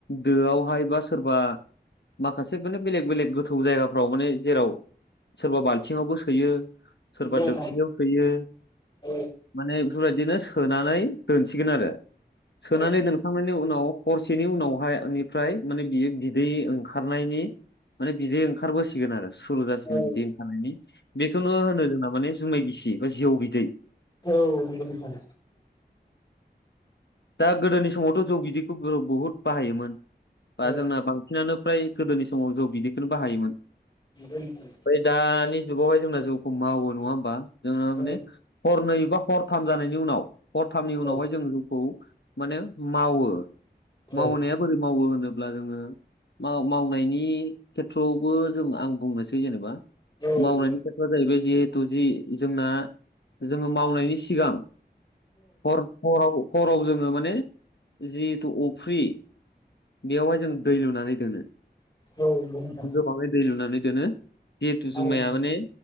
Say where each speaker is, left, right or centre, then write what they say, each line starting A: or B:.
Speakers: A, on the left; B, on the left.
A: दोआवहाय बा सोरबा माखासे माने बेलेग बेलेग गोथौ जायगाफ्राव माने जेराव सोरबा बाल्थिङावबो सोयो सोरबा
B: नंगौ
A: दोबसियाव
B: नोंथां
A: सोयो
B: औ
A: माने बेफोरबायदिनो सोनानै दोनसिगोन आरो सोनानै
B: औ
A: दोनखांनायनि उनाव हरसेनि उनावहाय बेनिफ्राय माने बियो बिदै ओंखारनायनि माने बिदै ओंखारबोसिगोन आरो सुरु जासिगोन
B: नंगौ
A: बिदै खानायनि बेखौनो होनो जोंना माने जुमाय गिसि बा जौ बिदै
B: औ नंगौ नोंथां
A: दा गोदोनि समावथ' जौ बिदैखौ गोदो बुहुद बाहायोमोन बा
B: औ
A: जोंना बांसिनानो फ्राय गोदोनि समाव जौ बिदैखौनो बाहायोमोन ओमफाय
B: नंगौ नोंथां
A: दानि जुगावहाय जोंना जौखौ मावो नङा होमबा जोङो
B: औ
A: माने हरनै बा हरथाम जानायनि उनाव हरथामनि उनावहाय
B: औ
A: जोङो खौ माने मावो
B: औ
A: मावनाया बोरै मावो होन होनोब्ला जोङो माव मावनायनि खेथ्रआवबो जों आं बुंनोसै जेनेबा
B: नंगौ औ
A: मावनायनि
B: नंगौ नोंथां
A: खोथाआ जाहैबाय जिहेथु जि जोंना जोङो मावनायनि सिगां हर हराव हराव जोङो माने जिहेथु उ फ्रि बेयावहाय जों दै लुनानै दोनो
B: औ नंगौ नोंथां
A: गोबाङै दै लुनानै दोनो जिहेथु
B: थारैनो
A: जुमाया माने